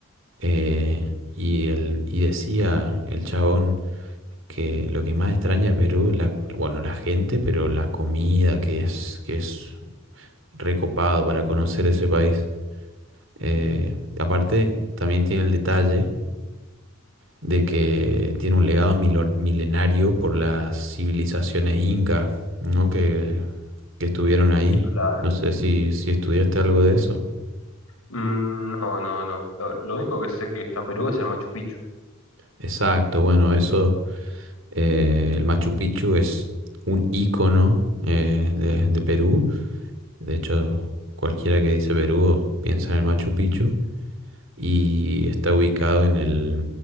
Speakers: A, on the right (about 65°); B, on the left (about 85°).
A: eh, y, el, y decía el chabón que lo que más extraña a Perú es la, bueno, la gente, pero la comida, que es, que es recopado para conocer ese país. Eh, aparte, también tiene el detalle de que tiene un legado milo- milenario por las civilizaciones inca, ¿no? que, que estuvieron ahí.
B: Claro.
A: No sé si, si estudiaste algo de eso.
B: Mm, no, no, no. Lo, lo único que sé que está en Perú es el Machu Picchu.
A: Exacto, bueno, eso, eh, el Machu Picchu es un ícono eh, de, de Perú. De hecho, cualquiera que dice Perú piensa en el Machu Picchu y está ubicado en el,